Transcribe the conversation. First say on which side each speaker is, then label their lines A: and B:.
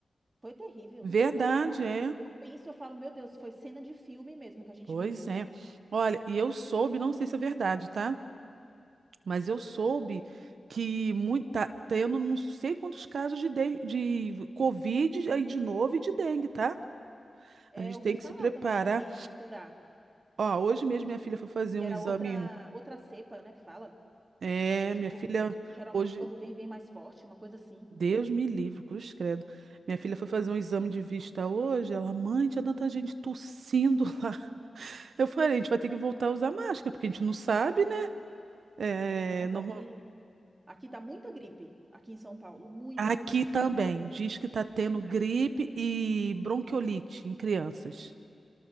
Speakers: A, on the right; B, on the right.
A: Foi terrível.
B: verdade,
A: Eu, eu,
B: é.
A: eu penso, eu falo, meu Deus, foi cena de filme mesmo que a gente
B: Pois
A: viveu,
B: é.
A: né?
B: Olha, e eu soube, não sei se é verdade, tá? Mas eu soube que muito, tá tendo não sei quantos casos de, den- de Covid aí de novo e de dengue, tá?
A: É,
B: A gente
A: eu ouvi
B: tem que
A: falar
B: se preparar.
A: também que estourar,
B: Ó, hoje mesmo minha filha foi fazer
A: que
B: um
A: era
B: exame.
A: outra, outra cepa, né, que fala.
B: É,
A: Tipo,
B: minha filha,
A: geralmente
B: hoje,
A: quando vem, vem mais forte, uma coisa assim.
B: Deus me livre, cruz credo. Minha filha foi fazer um exame de vista hoje. Ela, mãe, tinha tanta gente tossindo lá. <laughs> Eu falei, a gente vai ter que voltar a usar máscara, porque a gente não sabe, né? É,
A: Mas
B: normal...
A: aqui, aqui tá muita gripe, aqui em São Paulo. Muita,
B: Aqui
A: muita,
B: também,
A: muita.
B: diz que tá tendo
A: Demais.
B: gripe e bronquiolite em crianças.